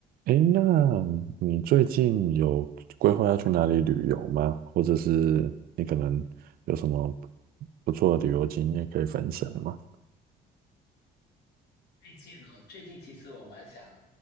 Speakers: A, on the right; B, on the left.
A: 诶，那你最近有规划要去哪里旅游吗？或者是你可能有什么不错的旅游经验可以分享吗？
B: 最近哦，最近其实我蛮想